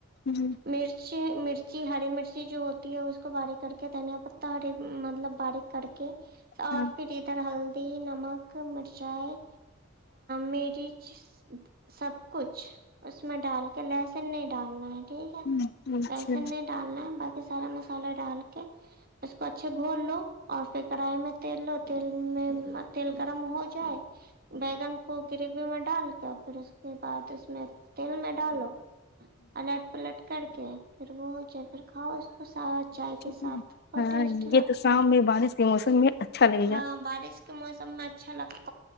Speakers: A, on the left; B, on the right.
A: ہوں
B: مرچ اچ مرچی ہری مرچی جو ہوتی ہے اس کو باریک کر کے دھنیا پتتا ہری مطلب باریک کرڑ کے اور
A: ہاں
B: پھر ادھر ہل پتی نمک مرچائی مرچ سب کچھ اس میں ڈال کے لس س نہیں ڈالنا ہے ٹھیک ہے
A: ہ اچھا
B: لہسن نہیں ڈالنا ہے باقی سارا مسالہ ڈال کے اس کو اچھے گھول لو اور پھر کڑائی میں تیل لو تیل میں تیل گرم ہو جائے بیگن کو وغیرہ میں ڈال کے پھر اس کے بعد اس میں تیل میں ڈالو ا لٹ پلٹ کر کے پھر وہ ج پھر کھاؤ خ چائے کے
A: ہوں
B: ساتھ اور
A: ہاں
B: ٹیسٹ
A: یہ
B: لگتا
A: تو شام
B: ہے
A: میں بارش کے موسم میں اچھا لگے گا
B: ہاں بارش کے موسم ہم اچھا لگتا ہے